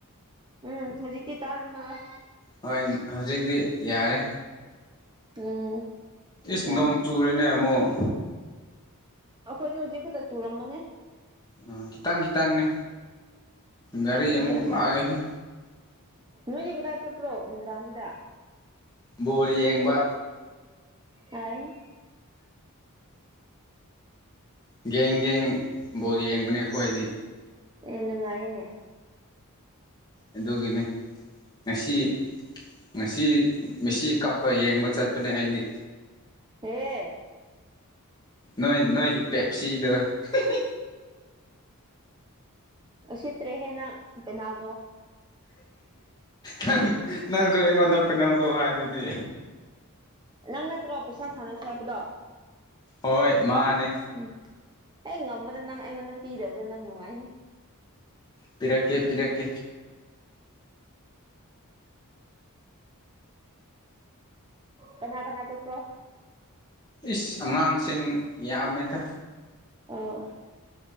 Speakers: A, on the right (about 20°); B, on the left (about 20°).
A: ꯎꯝ ꯍꯨꯖꯤꯛꯇꯤ ꯇꯥꯔꯝꯃꯔꯣꯏ
B: ꯍꯣꯏ ꯍꯧꯖꯤꯛꯇꯤ ꯌꯥꯔꯦ
A: ꯎꯝ
B: ꯏꯁ
A: ꯌꯥꯝ
B: ꯅꯣꯡ ꯆꯨꯔꯦꯅꯦ ꯑꯃꯨꯛ
A: ꯑꯩꯈꯣꯏꯁꯨ ꯍꯨꯖꯤꯛ ꯈꯇ ꯆꯨꯔꯝꯕꯅꯦ
B: ꯑꯥ ꯈꯤꯇꯪ ꯈꯤꯇꯪꯅꯦ ꯒꯥꯔꯤ
A: ꯑꯩꯈꯣꯏꯗꯤ
B: ꯑꯃꯨꯛ
A: ꯉꯁꯥꯏ
B: ꯂꯥꯛꯑꯦꯍꯦ
A: ꯅꯣꯏꯗꯤ ꯀꯗꯥꯏ ꯆꯠꯄ꯭ꯔꯣ ꯅꯨꯡꯗꯥꯡꯁꯤꯗ
B: ꯕꯣꯜ ꯌꯦꯡꯕ
A: <unintelligible>
B: ꯒꯦꯡ ꯒꯦꯡ ꯕꯣꯜ ꯌꯦꯡꯕꯅꯦ ꯑꯈꯣꯏꯗꯤ
A: ꯑꯦ ꯅꯨꯡꯉꯥꯏꯌꯦꯅꯦ
B: ꯑꯗꯨꯒꯤꯅꯤ ꯉꯁꯤ ꯉꯁꯤ ꯃꯤꯁꯤ ꯀꯞꯄ ꯌꯦꯡꯕ ꯆꯠꯄꯅꯦ ꯑꯩꯗꯤ
A: ꯍꯦ
B: ꯅꯣꯏ ꯅꯣꯏꯒꯤ ꯄꯦꯞꯁꯤꯗꯣ ꯏ ꯍꯤ ꯍꯤ
A: ꯎꯁꯤꯠꯇ꯭ꯔꯦꯍꯦ ꯅꯪ ꯄꯦꯅꯥꯜꯗꯣ
B: ꯅꯪ ꯅꯪꯁꯨ ꯑꯩꯉꯣꯟꯗ ꯄꯦꯅꯦꯜꯗꯣ ꯍꯥꯏꯗꯨꯗꯤ
A: ꯅꯪ ꯅꯠꯇ꯭ꯔꯣ ꯄꯩꯁꯥ ꯊꯥꯟꯅꯁꯦ ꯍꯥꯏꯕꯗꯣ
B: ꯍꯣꯏ ꯃꯥꯅꯦ
A: ꯎꯝ ꯍꯦꯛ ꯉꯝꯕꯗ ꯅꯪ ꯑꯩꯉꯣꯟꯗ ꯄꯤꯗꯕꯗ ꯅꯪ ꯅꯨꯡꯉꯥꯏꯅꯤ
B: ꯄꯤꯔꯛꯀꯦ ꯄꯤꯔꯛꯀꯦ
A: ꯀꯅꯥ ꯀꯅꯥ ꯆꯠꯄ꯭ꯔꯣ
B: ꯏ꯭ꯁ ꯑꯉꯥꯡꯁꯤꯡ ꯌꯥꯝꯃꯦꯗ
A: ꯑꯝ